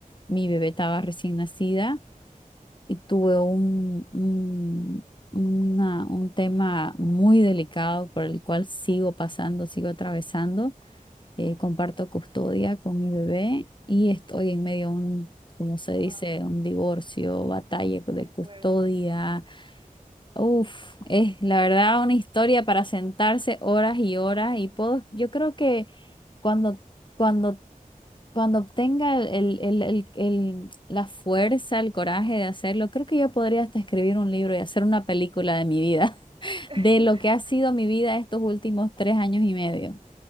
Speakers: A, on the left; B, on the right.
A: Mi bebé estaba recién nacida y tuve un, un, una- un tema muy delicado por el cual sigo pasando, sigo atravesando. Eh, comparto custodia con mi bebé y estoy en medio de un, como se dice,
B: Wow,
A: un divorcio, batalla de
B: qué
A: custodia.
B: fuerte.
A: Uf, es la verdad una historia para sentarse horas y horas y puedo, yo creo que cuando... Cuando cuando obtenga el, el- el- el- el- la fuerza, el coraje de hacerlo, creo que yo podría hasta escribir un libro y hacer una película de mi vida, <laughs>
B: <laughs>
A: de lo que ha sido mi vida estos últimos tres años y medio.